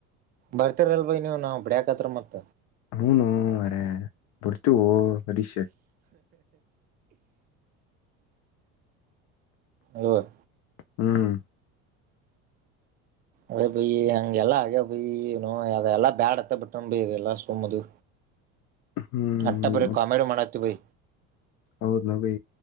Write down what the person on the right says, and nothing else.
ಬರ್ತಿರಲ್ ಬೈ ನೀವ್ ನಾ ಬಡ್ಯಾಕತ್ರ ಮತ್ತ
ಐವತ್ತು
ಅದೇ ಬೈ ಹಂಗೆ ಎಲ್ಲಾ ಆಗ್ಯವ ಬೈ ಏನೋ ಅವ ಎಲ್ಲಾ ಬ್ಯಾಡತ್ತ ಬಿಟ್ಟ ಬೈ ಅವೆಲ್ಲ ಸುಮ್ಮದು
ಅಟ್ಟಬರ ಕಾಮಿಡಿ ಮಾಡಾಕತ್ತಿ ಬೈ